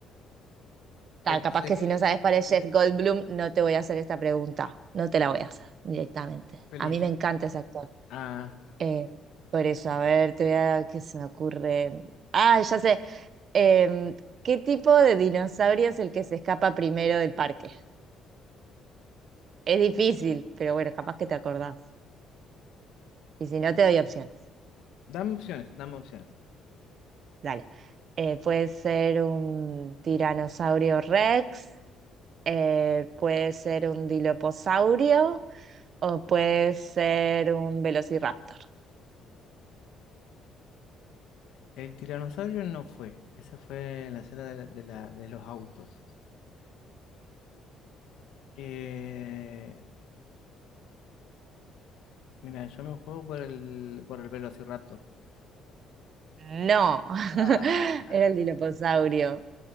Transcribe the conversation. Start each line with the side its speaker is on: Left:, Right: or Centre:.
Left: El
Right: Ta,
Left: que
Right: capaz
Left: se...
Right: que
Left: eh,
Right: si no sabes cuál es Jeff Goldblum, no te voy a hacer esta pregunta. No te la
Left: Ah,
Right: voy a hacer directamente.
Left: Felicit-
Right: A mí me encanta ese actor.
Left: Ah,
Right: Eh, por eso, a ver, te voy a qué se me ocurre. Ah, ya sé. Em, ¿qué tipo de dinosaurio es el que se escapa primero del parque? Es difícil, pero bueno, capaz que te acordás. Y si no, te doy opciones.
Left: dame opciones, dame opciones.
Right: Dale. Eh, puede ser un tiranosaurio Rex, eh, puede ser un diloposaurio o puede ser un velociraptor.
Left: El tiranosaurio no fue. Esa fue la escena de, la- de, la- de los autos. Eh, mira, yo me juego por el, por el Velociraptor.
Right: Ay, No, <laughs>
Left: Ah,
Right: era el diloposaurio.